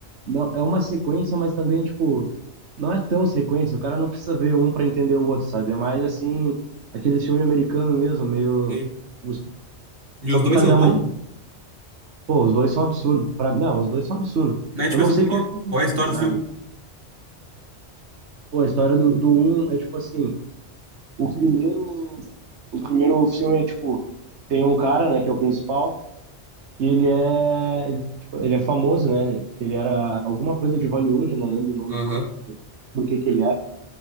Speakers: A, on the right; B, on the right.
A: não, é uma sequência, mas também, tipo, não é tão sequência. O cara não precisa ver um pra entender o outro, sabe? É mais, assim, aquele filme americano mesmo, meio
B: Sim.
A: tipo,
B: E
A: Só
B: os
A: pro
B: dois
A: cara
B: são
A: dar
B: bons?
A: uma. Pô, os dois são absurdos. Pra... Não, os dois são absurdos.
B: Mas, tipo,
A: Eu não
B: é sobre
A: sei
B: o quê?
A: qual que é
B: Qual é a história
A: o
B: do
A: nada.
B: filme?
A: Pô, a história do, do um é tipo assim. O primeiro. O primeiro filme é tipo. Tem um cara, né, que é o principal, que ele é. Ele, tipo, ele é famoso, né? Ele era alguma coisa de Hollywood, eu não lembro o nome
B: Aham.
A: agora, por que que ele era.